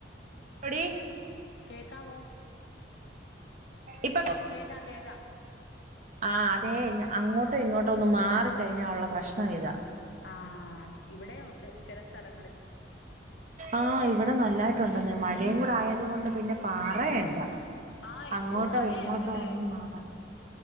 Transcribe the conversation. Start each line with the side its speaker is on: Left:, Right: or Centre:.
Right: അവിടിം
Left: കേക്കാവൊ
Right: ഇപ്പണ്ടോ
Left: കേക്കാം കേക്കാം
Right: ആഹ് അതെ അങ്ങോട്ടും ഇങ്ങോട്ടും ഒന്നും മാറിക്കഴിഞ്ഞാ ഉള്ള പ്രശ്നം ഇതാ
Left: ആഹ് ഇവിടെ ഉണ്ട് ചില സ്ഥലങ്ങളിൽ
Right: ആഹ് ഇവിടെ നല്ലായിട്ടുണ്ടെന്ന മഴയും കൂടെ ആയ അതുകൊണ്ട് പിന്നെ പാറയണ്ട
Left: ആഹ് എന്ത്
Right: അങ്ങോട്ടോ
Left: മഴയായിരുന്നല്ലേ
Right: ഇങ്ങോട്ടോ ഒന്നും മാറ